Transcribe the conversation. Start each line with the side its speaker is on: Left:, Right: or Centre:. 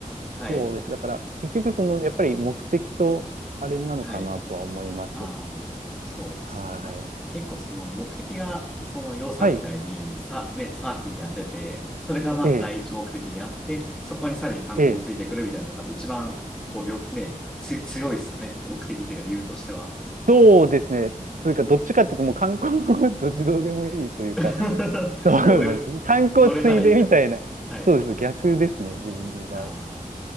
Centre: はい。
Right: そうです。だから、結局、その、やっぱり目的と、あれなのかなとは思います。
Centre: はい。ああ、そうですね。
Right: はい。
Centre: まあ、結構その目的が、その要さんみたいに、
Right: はい。
Centre: さ、ね、サーフィンやってて、それがまず第一目的にあって、
Right: ええ、
Centre: そこにさらに観光をついてくるみたいなのが一番、
Right: ええ。
Centre: こう、りょ、ね、つ、強いっすよね。目的っていうか理由としては。
Right: そうですね。というか、どっちかっていうと、もう観光の <laughs> どっちどうでもいいというか、
Centre: <laughs>
Right: <laughs> そうなんですよ。
Centre: もう、よ、
Right: 観光ついでみたいな、
Centre: 乗れたらいいみたいな。はい。
Right: そうです。逆ですね、自分の場合。
Centre: ああ、